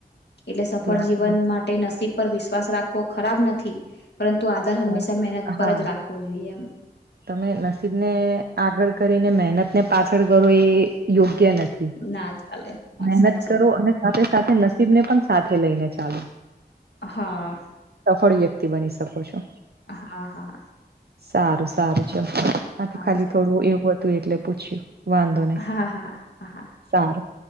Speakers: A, on the left (about 80°); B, on the right (about 65°).
A: એટલે સફળ
B: આ
A: જીવન
B: તો
A: માટે નસીબ પર વિશ્વાસ રાખવો ખરાબ નથી. પરંતુ આધાર હંમેશા
B: પણ
A: મહેનત પર
B: હા
A: જ રાખવો જોઈએ એમ
B: તમે નસીબને આગળ કરીને મહેનત ને પાછળ કરો એ યોગ્ય નથી
A: ના ચાલે
B: મહેનત
A: સાચી
B: કરો
A: વાત.
B: અને સાથે સાથે નસીબ ને પણ સાથે લઈને ચાલો
A: હા
B: મોટી વ્યક્તિ બની શકો છો.
A: હા હા
B: સારું સારું છે આ તો
A: હા
B: ખાલી
A: ચલો
B: થોડું એવું હતું એટલે પૂછ્યું વાંધો નહીં
A: હા હા હા હા.
B: સારું